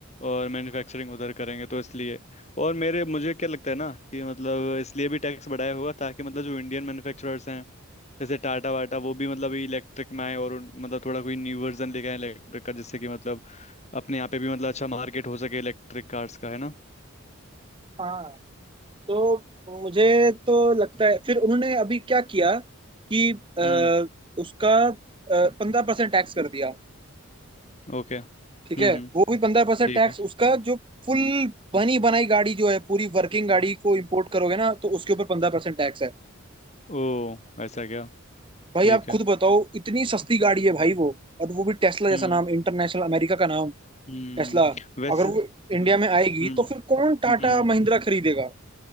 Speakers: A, on the left; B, on the right.
A: और मैन्युफैक्चरिंग उधर करेंगे तो इसलिए और मेरे मुझे क्या लगता है ना कि मतलब इसलिए भी टैक्स बढ़ाया होगा ताकि मतलब जो इंडियन मैन्युफैक्चरर्स हैं जैसे टाटा वाटा वो भी मतलब इलेक्ट्रिक में आए और उन- मतलब थोड़ा कोई न्यू वर्जन लेके आए इलेक्ट्रिक का जिससे कि मतलब अपने यहाँ पे भी मतलब अच्छा मार्केट हो सके इलेक्ट्रिक कार्स का है ना
B: हाँ तो मुझे तो लगता है फिर उन्होंने अभी क्या किया कि अ,
A: हम्म
B: उसका पंद्रह परसेंट टैक्स कर दिया
A: ओके हम्म
B: ठीक है
A: हम्म
B: वो भी पंद्रह परसेंट
A: ठीक
B: टैक्स
A: है
B: उसका जो फुल बनी बनाई गाड़ी जो है पूरी वर्किंग गाड़ी को इंपोर्ट करोगे ना तो उसके ऊपर पंद्रह परसेंट टैक्स है
A: ओ ऐसा क्या
B: भाई
A: ठीक
B: आप
A: है
B: खुद बताओ इतनी सस्ती गाड़ी है भाई वो और वो भी टेस्ला जैसा
A: हम्म
B: नाम इंटरनेशनल अमेरिका का नाम
A: हम्म
B: टेस्ला
A: वैसे
B: अगर वो इंडिया में आएगी
A: हम्म
B: तो फिर कौन टाटा
A: हम्म
B: महिंद्रा खरीदेगा